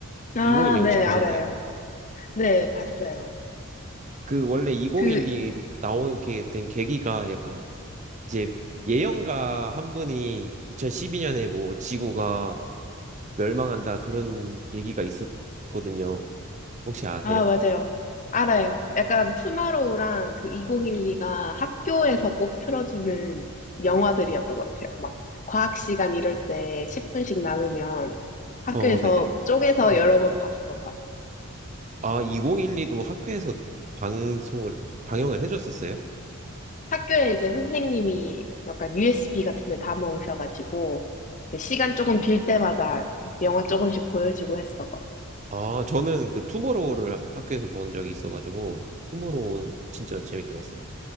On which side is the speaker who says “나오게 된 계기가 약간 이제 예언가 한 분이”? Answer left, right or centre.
Right